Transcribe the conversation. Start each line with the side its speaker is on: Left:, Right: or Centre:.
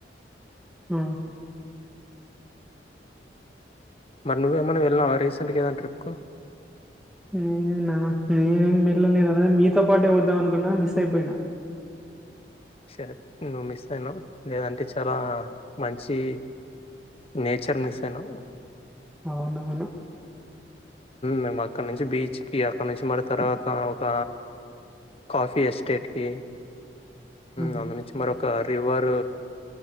Centre: ఉ
Left: మరి నువ్వు ఏమన్నా వెళ్ళినావ రీసెంట్గా ఏదన్నా ట్రిప్కు
Centre: నేన నేనే <unintelligible> మీతో పాటే ఒ <unintelligible> అనుకున్నా మిస్ అయిపోయినా
Left: షర్ట్ నువ్వు మిస్ అయినవ్ లేదంటే చాలా మంచి నేచర్ మిస్ అయినవ్
Centre: అవునవును
Left: మేము అక్కడ నుంచి బీచ్ కి అక్కడ నుంచి మరి తర్వాత ఒక కాఫీ ఎస్టేట్ కి
Centre: హ్మ్.
Left: అందు నుంచి మర ఒక రివర్